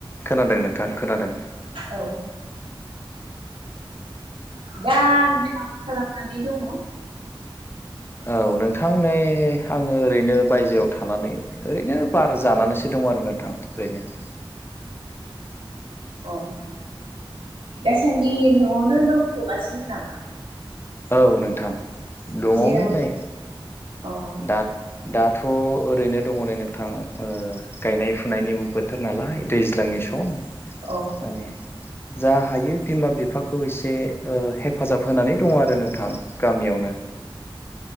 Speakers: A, on the left; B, on the right.
A: खोनादों नोंथां खोनादों।
B: औ। दा नोंथाङा मा खालामनानै दङ?
A: औ नोंथां नै आङो ओरैनो बायजोआव थानानै ओरैनो बार जानानैसो दं आरो नोंथां ओरैनो।
B: अ दासान्दि न' नो दंथ'गासिनो नामा?
A: औ नोंथां नआवनो
B: जेराव
A: नै
B: अ
A: दा दाथ' ओरैनो दङ नै नोंथां ओ गायनाय फुनायनिबो बो थोर नालाय दैज्लांनि सम।
B: औ।
A: माने जा हायो बिमा बिफाखौ एसे ओ हेफाजाब होनानै दङ आरो नोंथां गामियावनो।